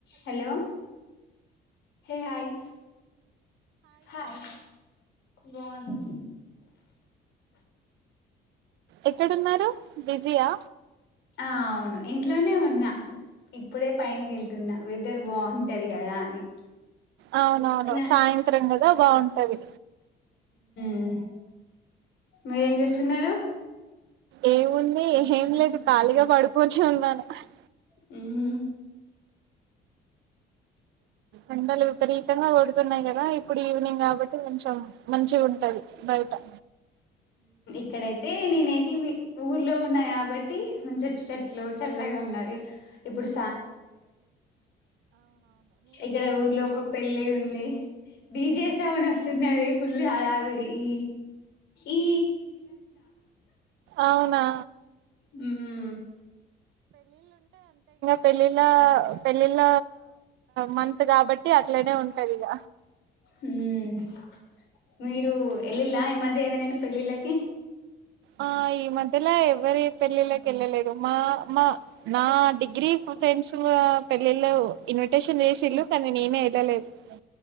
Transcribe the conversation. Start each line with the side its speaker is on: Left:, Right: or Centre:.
Left: Hello హ hi hi బ
Right: ఎక్కడున్నారు బిజియా
Left: ఆ అవును ఇంట్లోనే ఉన్నా ఇప్పుడే పైైనక వెళ్తున్నా వెదర్ బాగుంటది కదా అని
Right: అవునవును
Left: నా
Right: సాయంత్రం కూడ బాగుంటుంది
Left: హ్మ్మ్ మీరేం చేస్తున్నారు
Right: ఏముంది ఏం లేదు ఖాళీగా <unintelligible>
Left: హ్ హు
Right: ఎండలు విపరీతంగా పడుతున్నాయి కదా ఇప్పుడు ఈవినింగ్ కాబట్టి కొంచెం మంచి ఉంటది బయటా
Left: ఇక్కడైతే నేనైతే ఊర్లో ఉన్నా కాబట్టి మంచి చెట్లు చల్లగా ఉన్నది ఇప్పుడు ఇక్కడ ఊర్లో ఒక పెళ్లి ఉంది డీజే సౌండ్ <unintelligible> ఫుల్ హడావిడి ఇ ఈ
Right: అవునా
Left: హ్మ్
Right: పెళ్ళిళ్ళ పెళ్ళిళ్ళ మంత్ కాబట్టి అట్లనే ఉంటంది ఇగ
Left: హ్మ్మ్ మీరు ఎలిలా ఈ మధ్య ఏవనా పెళ్లిళ్లకు
Right: ఆ ఈ మధ్యలో ఎవ్వరి పెళ్ళిళ్ళకి వెళ్ళలేదు మా మా నా డిగ్రీ ఫ్రెండ్స్ పెళ్ళిళ్ళ ఇన్విటేషన్ చేసినళూ కానీ నేనే వెళ్ళలేదు <inaudible>